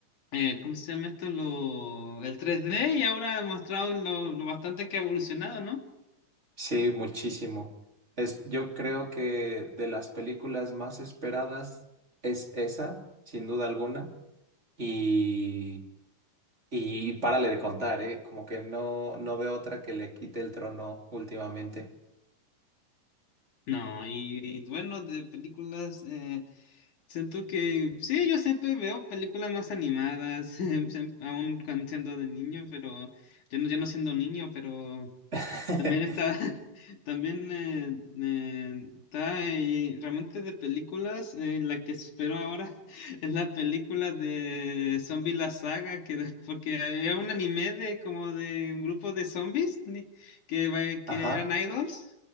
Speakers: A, on the left (about 65°); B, on the right (about 20°).
A: eh, ¿cómo se llama esto? Lo, el tres d y ahora ha mostrado lo, lo bastante que ha evolucionado, ¿no?
B: Sí, muchísimo. Es, yo creo que de las películas más esperadas es esa, sin duda alguna. Y, y párale de contar, ¿eh? Como que no, no veo otra que le quite el trono últimamente.
A: No, y, y bueno, de películas... eh, Siento que sí, yo siempre veo películas más animadas, <laughs> siem- aún cuando siendo de niño, pero yo no, yo no siendo niño, pero
B: <laughs>
A: también está, <laughs> también eh, eh, está eh, realmente de películas, eh, la que espero ahora <laughs> es la película de Zombie la saga, que de- porque era un anime de como de un grupo de zombies ni- que, va-
B: Ajá.
A: que eran idols